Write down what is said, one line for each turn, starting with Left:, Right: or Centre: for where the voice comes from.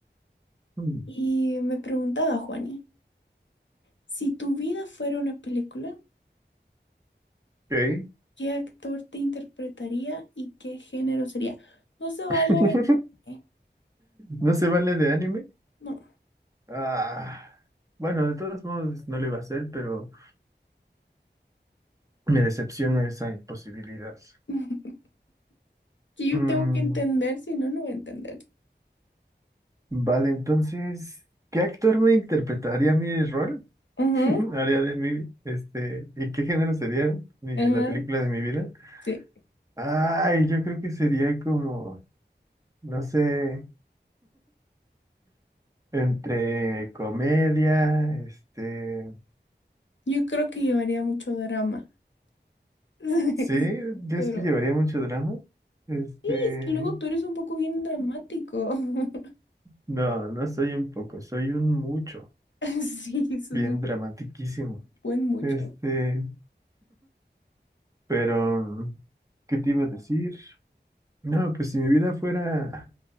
Right: Mm,
Left: Y me preguntaba, Juani, si tu vida fuera una película,
Right: ok.
Left: ¿qué actor te interpretaría y qué género sería? No se vale.
Right: <laughs>
Left: eh,
Right: ¿No se vale de anime?
Left: No.
Right: Ah, bueno, de todos modos no lo iba a hacer, pero me decepciona esa imposibilidad.
Left: <laughs> Que yo
Right: Mm,
Left: tengo que entender, si no, no voy a entender.
Right: vale, entonces, ¿qué actor me interpretaría mi rol?
Left: Ujú,
Right: <laughs> ¿Haría de mí? Este, ¿y qué género sería mi-
Left: ajá,
Right: la película de mi vida?
Left: Sí.
Right: Ay, yo creo que sería como, no sé, entre comedia, este,
Left: Yo creo que llevaría mucho drama. <laughs> Sí,
Right: ¿sí? ¿Crees
Left: Pero
Right: que llevaría mucho drama? Este,
Left: sí, es que luego tú eres un poco bien dramático. <laughs>
Right: No, no soy un poco, soy un mucho,
Left: Sí, eso
Right: bien
Left: es un
Right: dramatiquísimo.
Left: buen mucho.
Right: Este, pero, ¿qué te iba a decir? No, pues si mi vida fuera,